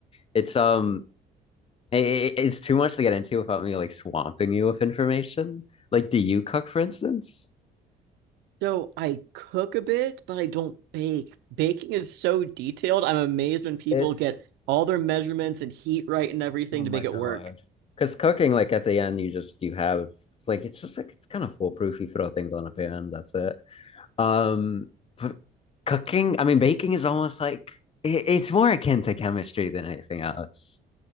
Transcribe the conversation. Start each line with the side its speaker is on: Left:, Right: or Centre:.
Left: it's um it, it's too much to get into without me like swamping you with information. Like, do you cook, for instance?
Right: So I cook a bit, but I don't bake. Baking is so detailed. I'm amazed when people
Left: It's
Right: get all their measurements and heat right and everything
Left: Oh my
Right: to make
Left: God.
Right: it work.
Left: because cooking, like at the end, you just you have like it's just like it's kind of foolproof. You throw things on a pan, that's it. Um, but cooking, I mean, baking is almost like it, it's more akin to chemistry than anything else.